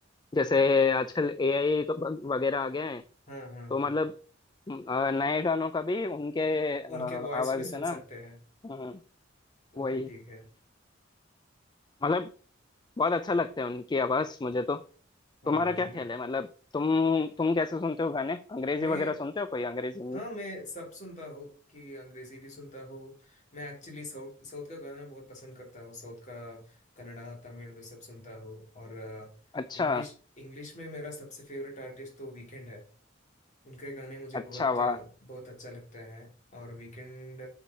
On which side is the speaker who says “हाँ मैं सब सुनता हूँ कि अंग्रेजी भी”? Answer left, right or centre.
Left